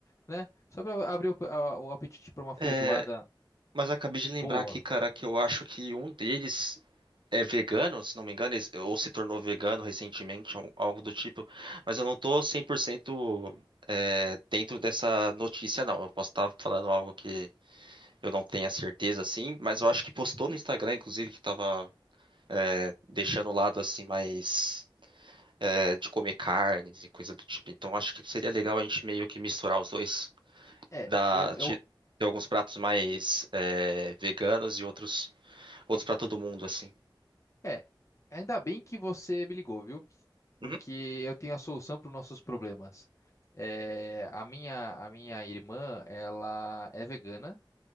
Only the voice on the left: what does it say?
né? Só para abrir o, a- o apetite para uma feijoada
boa.
Uhum.
É,
eu, eu
É, ainda bem que você me ligou, viu?
Porque eu tenho a solução para os nossos problemas. É, a minha, a minha irmã, ela é vegana